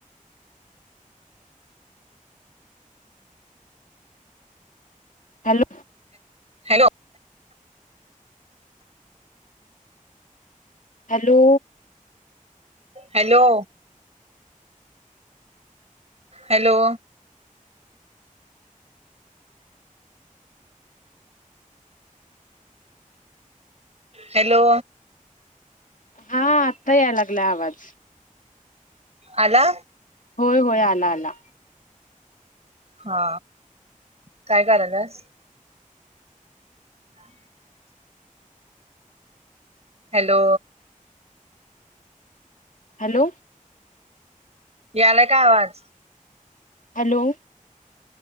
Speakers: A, on the left; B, on the right.
A: Hello
B: hello.
A: Hello.
B: Hello. Hello. Hello.
A: हा आत्ता याय लागला आवाजं.
B: आला.
A: होय होय आला आला.
B: हा काय करायल्यासं हम्. हॅलो.
A: हॅलो.
B: यालायं का आवाज?
A: हॅलो.